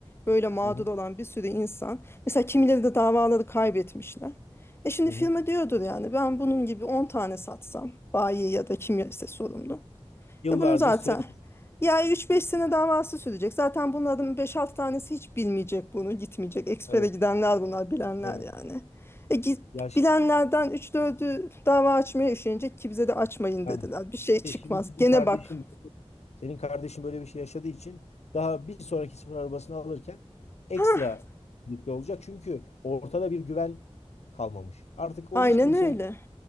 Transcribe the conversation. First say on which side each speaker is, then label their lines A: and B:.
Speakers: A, on the left; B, on the left.
A: Böyle mağdur
B: Hı hı,
A: olan bir sürü insan. Mesela kimileri de davaları kaybetmişler. E şimdi
B: hı
A: firma
B: hı. evet,
A: diyordur yani ben bunun gibi 10 tane satsam bayi ya da kim ise sorumlu.
B: Yıllarca
A: E bunun zaten
B: süreç.
A: ya üç beş sene davası sürecek. Zaten bunların beş 6 tanesi hiç bilmeyecek bunu gitmeyecek. Ekspere
B: evet,
A: gidenler bunlar bilenler
B: evet.
A: yani. E git,
B: Ya şimdi
A: bilenlerden üç dördü dava açmaya üşenecek ki bize de açmayın
B: Yani
A: dediler. Bir şey çıkmaz.
B: E şimdi senin
A: Gene
B: kardeşin
A: bak.
B: senin kardeşin böyle bir şey yaşadığı için daha bir sonraki sıfır arabasını alırken ekstra
A: Hah,
B: dikkatli olacak. Çünkü ortada bir güven kalmamış. Artık
A: aynen
B: o hiç kimseye
A: öyle.